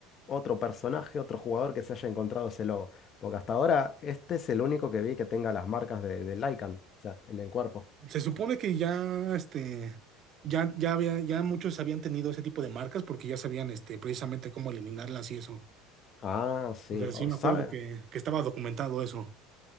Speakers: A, on the left; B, on the right.
A: otro personaje, otro jugador que se haya encontrado ese logo, porque hasta ahora este es el único que vi que tenga las marcas de, del Lycan, o sea, en el cuerpo.
B: Se supone que ya, este, ya, ya había, ya muchos habían tenido ese tipo de marcas porque ya sabían, este, precisamente cómo eliminarlas y eso.
A: Ah, sí,
B: O sea, sí
A: o-
B: me
A: ¿sabe?
B: acuerdo que, que estaba documentado eso.